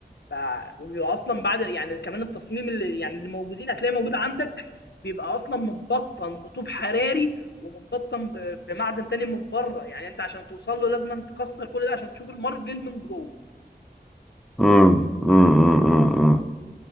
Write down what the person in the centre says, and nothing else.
امم امم امم أمم، أمم.